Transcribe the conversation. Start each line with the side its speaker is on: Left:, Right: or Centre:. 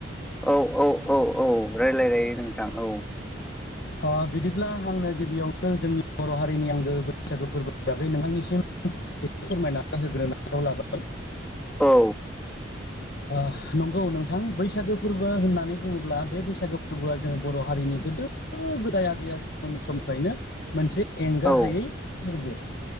Centre: औ औ औ औ औ रायलायजायो नोंथां औ
Left: अ बिदिब्ला आंनो गिबियावनो जोंनि बर' हारिनि आंगो बैसागो फोरबो बागौ नोंथांनिसिम एसे फोरमायनानै होग्रोनो आखायाव लाबाय
Centre: औ
Left: ओ नंगौ नोंथां बैसागो फोरबो होननानै बुङोब्ला बे बैसागो फोरबोआ जोंनि बर' हारिनि गोदो गोदो गोदाय आजै आनि समनिफ्रायनो मोनसे एंगार
Centre: औ
Left: हायै फोरबो